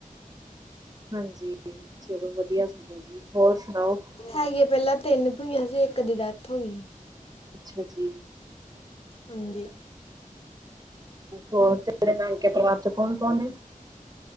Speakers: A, on the right (about 25°); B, on the left (about 40°).
A: ਹਾਂਜੀ ਚਲੋ ਵਧੀਆ ਸਗੋਂ ਜੀ ਹੋਰ ਸੁਣਾਓ?
B: ਹੈਗੇ ਪਹਿਲਾਂ ਤਿੰਨ ਭੂਈਆ ਸੀ ਇੱਕ ਦੀ ਡੈਥ ਹੋਗੀ‌ ਹੀ।
A: ਅੱਛਾ ਜੀ।
B: ਹਾਂਜੀ‌।
A: ਹੋਰ ਤੇੇ ਨਾਨਕੇ ਪਰਿਵਾਰ ਚ ਕੌਨ-ਕੌਨ ਏ?